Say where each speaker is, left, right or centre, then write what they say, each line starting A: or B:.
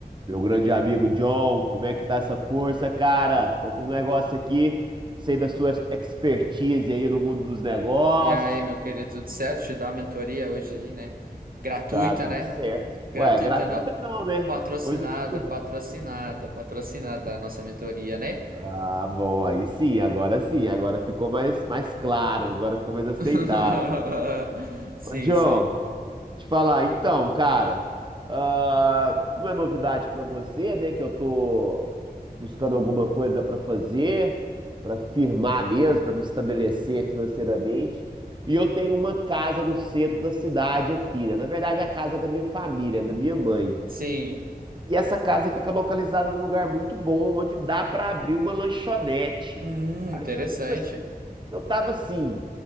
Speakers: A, on the right (about 30°); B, on the right (about 60°).
A: Meu grande amigo John, como é que tá essa força, cara? Tô com um negócio aqui, sei da sua expertise aí no mundo dos negócios.
B: E aí, meu querido, tudo certo? Te dá uma mentoria hoje aí, né? Gratuita,
A: Tá tudo
B: né?
A: certo.
B: Gratuita
A: Ué, é gratuita
B: não,
A: não, né?
B: patrocinada,
A: Pois eu te dou.
B: patrocinada, patrocinada a nossa mentoria, né?
A: Ah, bom, aí sim, agora sim, agora ficou mais, mais claro, agora ficou mais aceitável.
B: <laughs> Sim,
A: Ô, John,
B: sim.
A: Te falar, então, cara, ah, não é novidade pra você, né, que eu tô buscando alguma coisa pra fazer, pra firmar mesmo, pra me estabelecer financeiramente. E eu tenho uma casa no centro da cidade aqui, né? Na verdade, a casa é da minha família, é da minha mãe.
B: Sim.
A: E essa casa fica localizada num lugar muito bom, onde dá pra abrir uma lanchonete.
B: Hum,
A: Aí
B: interessante.
A: eu, tipo assim, eu tava assim,